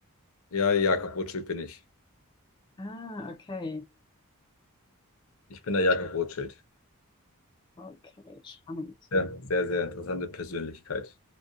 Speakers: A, on the left; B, on the left.
A: ja, Jakob Rothschild bin ich.
B: Ah, okay.
A: Ich bin der Jakob Rothschild.
B: Okay, spannend.
A: Ja, sehr, sehr interessante Persönlichkeit.